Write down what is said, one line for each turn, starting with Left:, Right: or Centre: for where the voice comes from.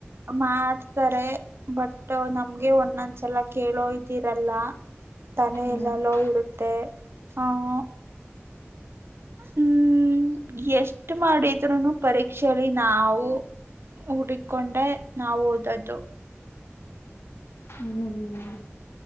Right: ಮಾಡ್ತಾರೆ ಬಟ್. ನಮ್ಗೆ ಒಂದೊಂದ್ಸಲ ಕೇಳೋ ಇದ್ದಿರಲ್ಲ. ತಲೆ
Left: ಹ್ಮ್
Right: ಎಲ್ಲಲ್ಲೋ ಇರುತ್ತೆ. ಆಹ ಹ್ಮ್ ಎಷ್ಟ ಮಾಡಿದ್ರುನು ಪರೀಕ್ಷೆಯಲ್ಲಿ ನಾವು ಹುಡ್ಕೊಂಡೆ ನಾವು ಓದದ್ದು.
Left: ಹ್ಮ ಹ್ಮ್